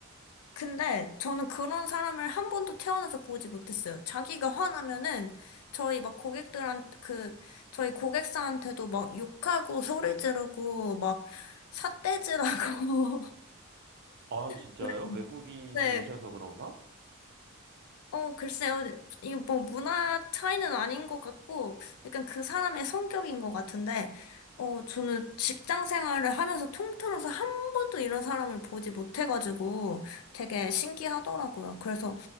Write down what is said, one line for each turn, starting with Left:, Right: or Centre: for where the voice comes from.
Left: 근데 저는 그런 사람을 한 번도 태어나서 보지 못했어요. 자기가 화나면은 저희 막 고객들한, 그, 저희 고객사한테도 막 욕하고 소리 지르고 막 삿대질하고,
Right: 아, 진짜요?
Left: <laughs>
Right: 외국인이셔서
Left: 네,
Right: 그런가?
Left: 어, 글쎄요. 이게 뭐 문화 차이는 아닌 것 같고, 약간 그 사람의 성격인 것 같은데, 어, 저는 직장 생활을 하면서 통틀어서 한 번도 이런 사람을 보지 못해가지고 되게 신기하더라고요. 그래서,